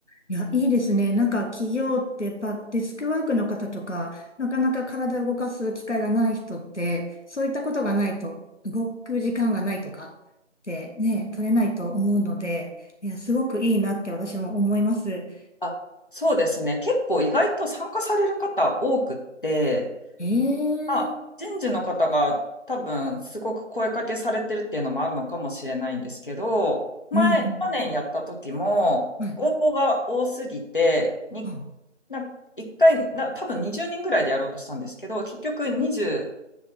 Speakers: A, on the left; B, on the left.
A: いや、いいですね。なんか企業ってやっぱデスクワークの方とか、なかなか体を動かす機会がない人って、そういったことがないと、動く時間がないとかってね、取れないと思うので、いや、すごくいいなって私も思います。
B: あ、そうですね、結構意外と参加される方多くって、
A: ええ
B: まあ、人事の方が多分すごく声かけされてるっていうのもあるのかもしれないんですけど、前、
A: うん。
B: 去年やった時も応募が多すぎて、
A: うん
B: に
A: あ、
B: な1回な、多分20人ぐらいでやろうとしたんですけど、結局20、